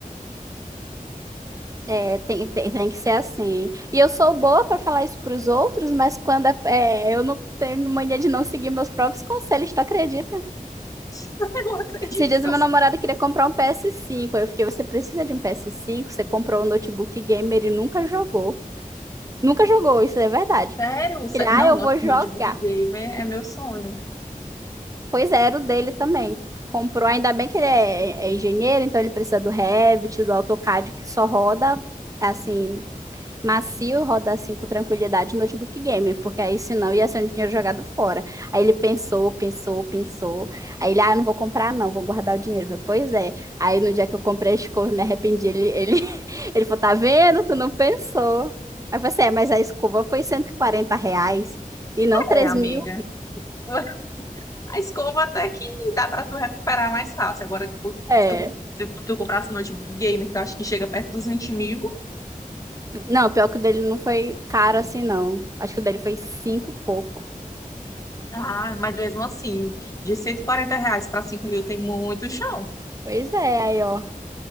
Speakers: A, on the right (about 25°); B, on the left (about 25°).
A: É, tem, tem, tem que ser assim. E eu sou boa para falar isso para os outros, mas quando é, é, eu não tenho mania de não seguir meus próprios conselhos, tu acredita?
B: <laughs> Eu não acredito
A: Esses dias
B: que
A: meu
B: eu...
A: namorado queria comprar um PS5. Aí Eu fiquei, você precisa de um PS5? Você comprou um notebook gamer e nunca jogou. Nunca jogou, isso é verdade.
B: Sério? Sé-
A: Ele, ah,
B: Não,
A: eu
B: no-
A: vou jogar.
B: notebook gamer é meu sonho.
A: Pois é, era o dele também. Comprou, ainda bem que ele é, é engenheiro, então ele precisa do Revit, do AutoCAD, que só roda, assim, macio, roda assim com tranquilidade no notebook game, porque aí senão ia ser um dinheiro jogado fora. Aí ele pensou, pensou, pensou. Aí ele, ah, não vou comprar não, vou guardar o dinheiro. Eu falei, pois é. Aí no dia que eu comprei a escova, eu me arrependi. Ele, ele, <laughs> ele falou, tá vendo? Tu não pensou. Aí eu falei assim, é, mas a escova foi 140 reais e não três
B: É, amiga.
A: mil.
B: <laughs> A escova até que dá pra tu recuperar mais fácil. Agora, tipo,
A: É.
B: se tu, se tu comprasse um notebook gamer, que eu acho que chega perto dos 20 mil,
A: Não, pior que o dele não foi caro assim, não. Acho que o dele foi cinco e pouco.
B: ah, mas mesmo assim, de 140 reais pra 5 mil tem muito chão.
A: Pois é, aí ó.